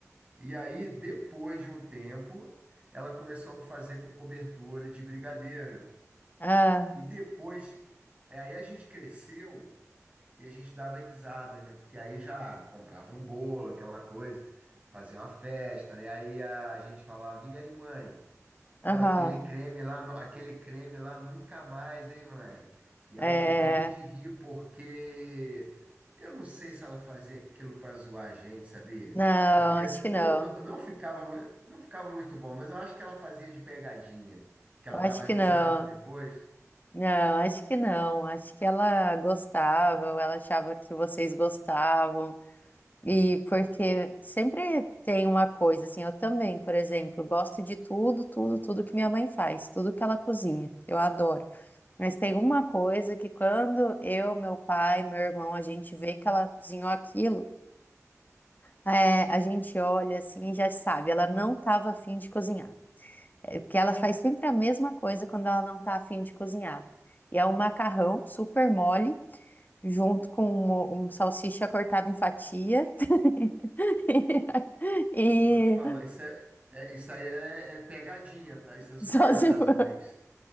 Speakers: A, on the right; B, on the left.
A: E aí, depois de um tempo, ela começou a fazer com cobertura de brigadeiro.
B: Ah,
A: E depois, é, aí a gente cresceu e a gente dava risada, né? Porque aí já comprava um bolo, aquela coisa, fazia uma festa, né? Aí a, a gente falava, e aí, mãe? Ó,
B: aham.
A: aquele creme lá, nu- aquele creme lá nunca mais, hein, mãe? E ela
B: É,
A: morria de rir porque eu não sei se ela fazia aquilo para zoar a gente, sabia?
B: não,
A: Porque
B: acho que não.
A: não, não, não ficava, mu- não ficava muito bom, mas eu acho que ela fazia de pegadinha, que ela
B: Eu acho
A: dava risada
B: que não.
A: depois.
B: Não, acho que não. Acho que ela gostava, ou ela achava que vocês gostavam. E porque sempre tem uma coisa, assim, eu também, por exemplo, gosto de tudo, tudo, tudo que minha mãe faz, tudo que ela cozinha, eu adoro. Mas tem uma coisa que quando eu, meu pai, meu irmão, a gente vê que ela cozinhou aquilo, é, a gente olha assim e já sabe, ela não estava afim de cozinhar. É, porque ela faz sempre a mesma coisa quando ela não está afim de cozinhar. E é um macarrão super mole, junto com um, um salsicha cortada em fatia <laughs> E
A: Então eu te falo, isso, é, é- isso aí é, é pegadinha, tá? Isso é zoeira
B: só se
A: das
B: for,
A: mães.